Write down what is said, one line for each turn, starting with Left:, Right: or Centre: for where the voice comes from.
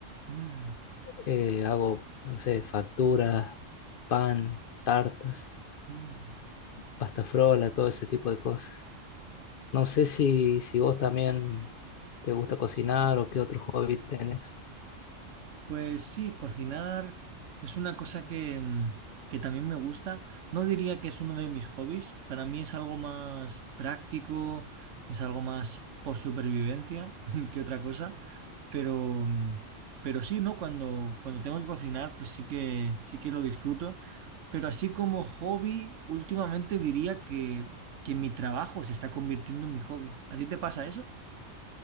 Right: Mm,
Left: Eh, hago, no sé, facturas, pan, tartas,
Right: Mm,
Left: pasta frola, todo ese tipo de cosas. No sé si, si vos también te gusta cocinar o qué otro hobby tenés.
Right: Pues sí, cocinar es una cosa que, mm, que también me gusta. No diría que es uno de mis hobbies, para mí es algo más práctico, es algo más por supervivencia <laughs> que otra cosa, pero, mm, pero sí, ¿no? Cuando, cuando tengo que cocinar, pues sí que, sí que lo disfruto, pero así como hobby, últimamente diría que, que mi trabajo se está convirtiendo en mi hobby. ¿A ti te pasa eso?